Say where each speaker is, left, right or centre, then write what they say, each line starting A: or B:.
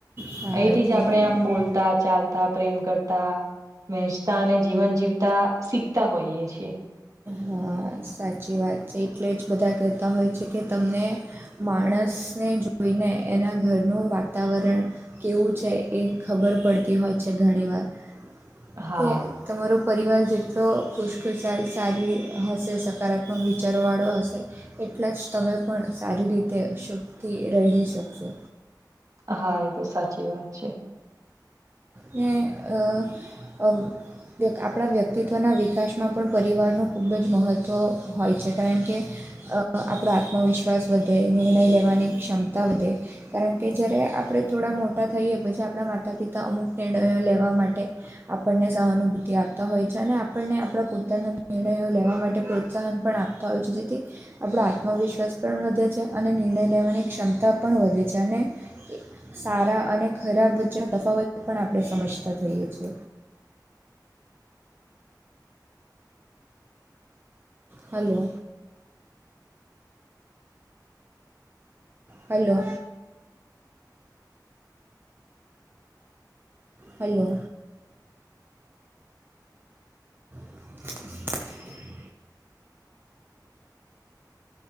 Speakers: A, on the right; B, on the right.
A: હા
B: અહીથી
A: એટલે
B: જ આપડે આમ બોલતા ચાલતા પ્રેમ કરતા. વહેંચતા અને જીવન જીવતા શીખતા હોઈએ છીએ.
A: હા સાચી વાત છે એટલે જ બધાં કહેતા હોય છે કે તમને માણસને જોઈને એના ઘરનું વાતાવરણ કેવું છે એ ખબર પડતી હોય છે ઘણીવાર
B: હા
A: કે તમારો પરિવાર જેટલો ખુશખુશાલ સારી હશે સકારાત્મક વિચારોવાળો હશે. એટલા જ તમે પણ સારી રીતે શુભથી રહી શકશો.
B: હા એ તો સાચી વાત છે.
A: અ અ આપડા વ્યક્તિત્વના વિકાસમાં પણ પરિવારનું ખૂબ જ મહત્ત્વ હોય છે કારણ કે અ આપડો આત્મવિશ્વાસ વધે નિર્ણય લેવાની ક્ષમતા વધે. કારણ કે જ્યારે આપડે થોડા મોટા થઈએ પછી આપડા માતા પિતા અમુક નિર્ણયો લેવા માટે આપનને સહાનુભૂતિ આપતા હોય છે અને આપણને આપડા પોતાના નિર્ણયો લેવા માટે પ્રોત્સાહન પણ આપ તા હોય છે જેથી આપડો આત્મવિશ્વાસ પણ વધે છે અને નિર્ણય લેવાની ક્ષમતા પણ વધે છે અને સારા અને ખરાબ વચ્ચેનો તફાવત પણ આપડે સમજતા થઈએ છે હલો હલો હલો <inaudible>